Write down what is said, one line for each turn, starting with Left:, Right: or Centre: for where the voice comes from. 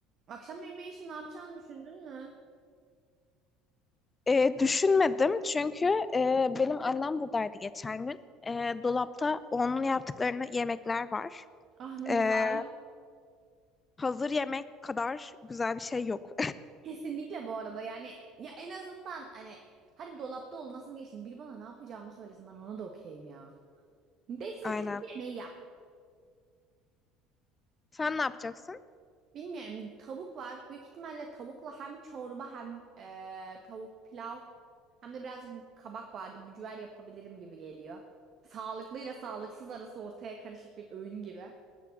Right: Akşam yemeği için ne yapacağını düşündün mü?
Left: E, düşünmedim çünkü e, benim annem buradaydı geçen gün. E, dolapta onun yaptıklarını yemekler var.
Right: Ah ne güzel.
Left: E, hazır yemek kadar güzel bir şey yok.
Right: Kesinlikle bu arada yani ya en azından hani hadi dolapta olmasını geçtim. bir bana ne yapacağımı söylese ben ona da okeyim ya. Değilsin
Left: <laughs> Aynen.
Right: ki şu yemeği yap.
Left: Sen ne yapacaksın?
Right: Bilmiyorum tavuk var. Büyük ihtimalle tavukla hem çorba hem eee, tavuk pilav hem de birazcık kabak vardı. Mücver yapabilirim gibi geliyor. Sağlıklıyla sağlıksız arası ortaya karışık bir öğün gibi.